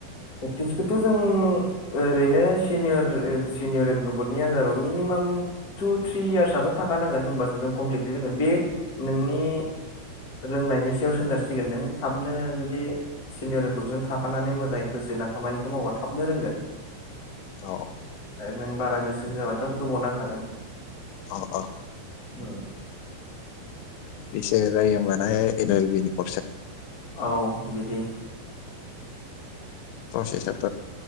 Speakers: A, on the left (about 30°); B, on the left (about 85°).
A: फ्रेकटिसखौथ जों ओरैनो सिनियर सिनियर एदभकेटनि आनदाराव मिनिमाम टु थ्रि यार्सआथ थाख नांगोन ओमबासो जों कमप्लिटलि रोंगोन बे नोंनि रोंनायनि सायावस सोनारसिगोन नों थाबनो जुदि सिनियर एदभकेटजों थाफानानै मोजां गोसो होना खामानिखौ मावबा थाबनो रोंगोन।
B: औ
A: आरो नों बारा गोसो होआाबाथ आरो गोबाव नांखागोन।
B: अ अ
A: ओ
B: बेसे जायोमोन आय एनुवेल बेनि <unintelligible>
A: औ बिदि
B: प्रसेसआथ